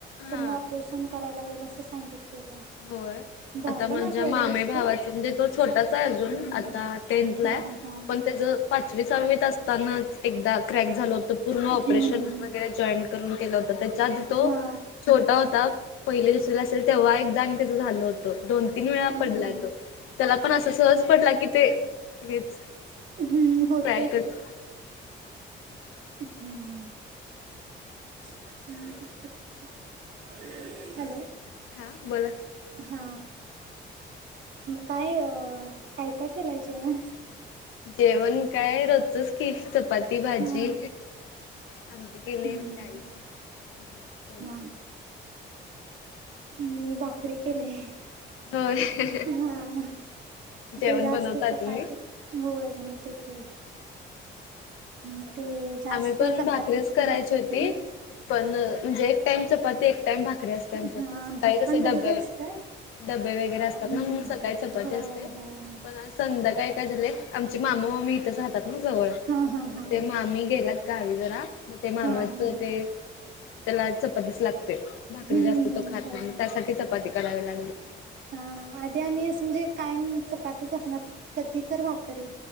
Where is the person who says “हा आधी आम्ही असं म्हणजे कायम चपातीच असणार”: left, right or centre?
Right